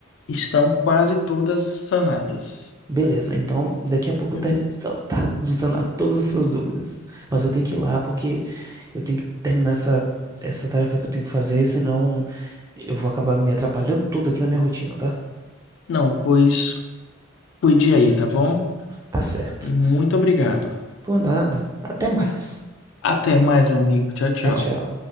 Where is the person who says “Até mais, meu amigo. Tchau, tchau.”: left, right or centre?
Left